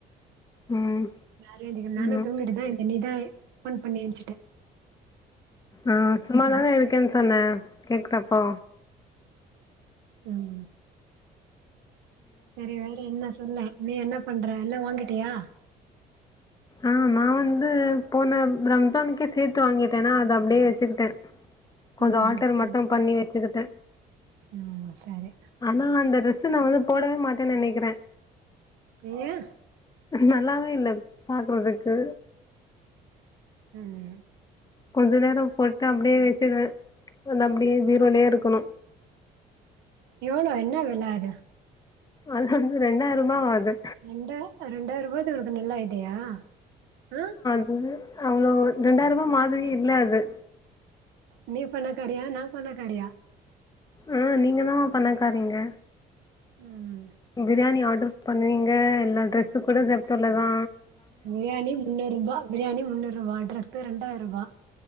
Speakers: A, on the left (about 25°); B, on the right (about 85°).
A: ம்
B: யாரு எழுந்திருக்கல நானு
A: ம்
B: தூங்கிட்டுதா இருந்தே நீதா போன் பண்ணி ஏஞ்சுட்ட
A: ஆ சும்மா தான இருக்கேன்னு சொன்ன கேக்குதா இப்போ
B: ம் சரி வேற என்ன சொல்லு நீ என்ன பண்ற எல்லா வாங்கிட்டியா
A: ஆ நா வந்து து போன ரம்ஜானுக்கே சேத்து வாங்கிட்டேன்னா அத அப்டியே வச்சுக்கிட்டே கொஞ்சோ
B: ம்
A: ஆல்டர்
B: ம்
A: மட்டு
B: ம்
A: பண்ணி வச்சுக்கிட்டே
B: ம் சரி
A: ஆனா அந்த டிரரெஸ்சு வந்து நா போடவே மாட்டேன்னு நெனைக்கிறே
B: நீயெ
A: நல்லாவே இல்ல பாக்குறதுக்கு
B: ம் ம்
A: கொஞ்ச நேரம் போட்டு அப்டியே வச்சுடுவே அந்த அப்டியே பீரோலயே இருக்கணு
B: எவ்வளோ என்னா வெல அது
A: அது வந்து ரெண்டாயிரமா ஆது
B: ரெண்டாய ரெண்டாயிரூபாயது நல்லா இதையா ஆ
A: இது அவ்ளோ ரெண்டாயிரூபா மாதிரியே இல்ல அது
B: நீ பணகாரியா நா பணக்காரியா
A: ஆ நீங்க தா பணக்காரீங்க
B: ம்
A: பிரியாணி ஆர்டர் பண்ணுவீங்க எல்லா டிரரெஸ்ஸு கூட ஜிப்டோலதா
B: பிரியாணி முன்னூரூபா பிரியாணி முன்னுரூபா ட்ரெஸு ரெண்டாயிரூபா